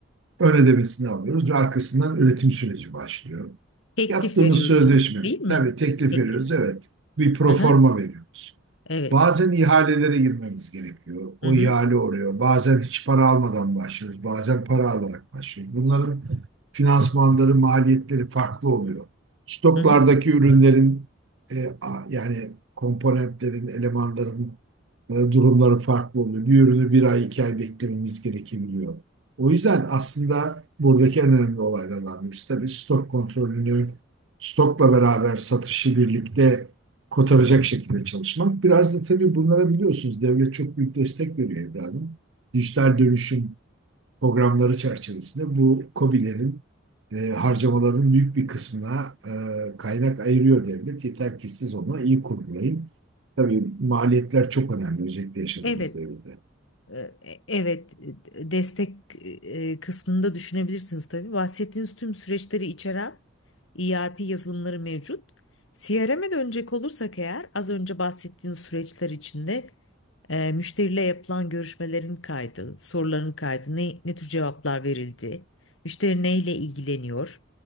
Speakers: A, on the right (about 65°); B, on the left (about 70°).
A: Ön ödemesini alıyoruz ve arkasından üretim süreci başlıyor.
B: Teklif
A: Yaptığımız
B: veriyorsunuz,
A: sözleşme,
B: değil mi?
A: tabii teklif
B: Teklif.
A: veriyoruz, evet. Bir proforma
B: Aha,
A: veriyoruz.
B: evet.
A: Bazen ihalelere girmemiz gerekiyor. O
B: Hı hı.
A: ihale oluyor. Bazen hiç para almadan başlıyoruz. Bazen para alarak başlıyoruz. Bunların finansmanları, maliyetleri farklı oluyor. Stoklardaki
B: Hı hı.
A: ürünlerin e, yani komponentlerin, elemanların e, durumları farklı oluyor. Bir ürünü bir ay, iki ay beklememiz gerekebiliyor. O yüzden aslında buradaki en önemli olaylardan birisi tabii stok kontrolünü, stokla beraber satışı birlikte kotaracak şekilde çalışmak. Biraz da tabii bunlara biliyorsunuz devlet çok büyük destek veriyor evladım. Dijital dönüşüm programları çerçevesinde bu KOBİ'lerin e, harcamaların büyük bir kısmına e, kaynak ayırıyor devlet. Yeter ki siz onu iyi kurgulayın. Tabii maliyetler çok önemli özellikle yaşadığımız
B: Evet.
A: devirde.
B: Ee, E, Evet, e, destek e, kısmında düşünebilirsiniz tabii. Bahsettiğiniz tüm süreçleri içeren ERP yazılımları mevcut. CRM'e dönecek olursak eğer az önce bahsettiğiniz süreçler içinde e, müşteriyle yapılan görüşmelerin kaydı, soruların kaydı, ne, ne tür cevaplar verildi, müşteri neyle ilgileniyor,